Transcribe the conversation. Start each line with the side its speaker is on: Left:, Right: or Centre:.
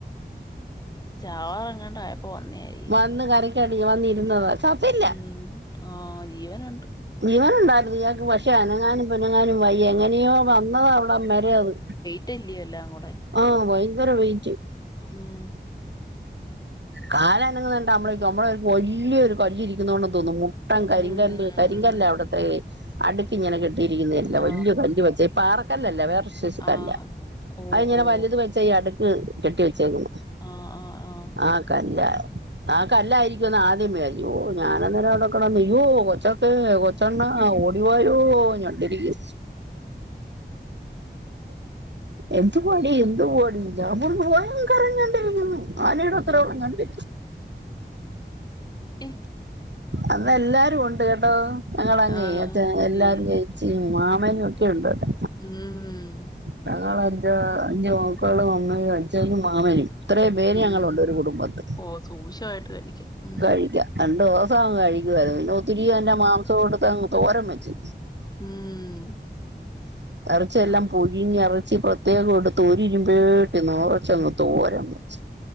Left: ചാവാറങ്ങാണ്ട് അയപ്പോ വന്നേയി
Right: വന്ന് കരക്കടിഞ്ഞു വന്നിരുന്നത ചത്തില്ല
Left: ഉം ആഹ് ജീവന-
Right: ജീവനുണ്ടായിരുന്നു ഇയാക്ക് പക്ഷേ അനങ്ങാനും പെനങ്ങാനും വയ്യ എങ്ങനെയോ വന്നതാ അവട മെരേ അത്
Left: ട്ടില്ലി എല്ലാംക്കൂടെ
Right: ആഹ് ഭയങ്കര വെയിറ്റ്
Left: ഉം
Right: കാലനങ്ങ്ന്നെണ്ടാ അമ്മളിക്കും അമ്മളായാരിക്കും വല്ല്യരു കല്ലിരിക്കുന്നോണ്ടെന്ന് തോന്നും മു ത്തം കരിങ്കല്ല്
Left: ഉം
Right: കരിങ്കല്ലാ അവിട്ത്തെ അടുക്കിങ്ങനെ കെ ട്ടിരിക്കുന്നേല്ല
Left: ആ
Right: വല്ല്യ കല്ല് വെച്ചെ പാറക്കല്ലല്ല വേറൊര് സൈസ്
Left: ആ
Right: കല്ല
Left: ഓ
Right: അയ്ങ്ങനെ
Left: ഓ
Right: വലുത് വെച്ച ഈ അടുക്ക് കെട്ടി വെച്ചേക്കു
Left: ആഹ് ആഹ് ആഹ്
Right: അഹ് ക്കല്ലാ ആഹ് ക്കല്ലായിരിക്ക്യൂന്ന് ആദ്യം വിയാര്ച്ച് ഓഹ് ഞാനന്നേരം അവിടെക്കെടന്ന് യ്യോ കൊച്ചൊക്കെ കൊച്ചണ്ണ ഓടിവായോ ഞണ്ടിരിക്കി എന്തുവാടി എന്തുവാടി ഞാം പറഞ്ഞു ഭയങ്കരം ഞെണ്ടിരിക്കുന്നു ആനയുടെ
Left: ഉം
Right: അത്രയുള്ള ഞണ്ട്
Left: ഏ,
Right: അന്നെല്ലാരും ഉണ്ട് കേട്ടോ ഞങ്ങളങ്ങൈ
Left: ആ
Right: അച്ഛന എല്ലാരും
Left: ഉം
Right: ചെയ് ച്ചൈ മാമനും ഒക്കെ ഉണ്ടേടെ
Left: ഉ ഉം
Right: ഞങ്ങളഞ്ച് അഞ്ച് മക്കളും അമ്മയും അച്ചനും മാമനും വേനി
Left: ഉം
Right: ഞങ്ങളുണ്ട് ഒരു കുടുംബത്ത്
Left: ഓ സൂക്ഷ്മമായിട്ട് കഴിക്കാം ഉം
Right: കഴിക്ക രണ്ടോസങ്ങ് കഴിക്കുവായിരുന്നു പിന്നെ ഒത്തിരി
Left: ഉം
Right: അയ്ന്റെ മാംസൊട്ത്തങ്ങ് തോരം വെച്ച്.
Left: ഉം
Right: എറച്ചെല്ലാം
Left: ആ,
Right: പൊഴിഞ്ഞറച്ചി പ്രത്യേകൊടുത്ത് ഒരുരിമ്പേട്ടിന്നെറച്ചങ്ങ് തോരം വെച്ച്.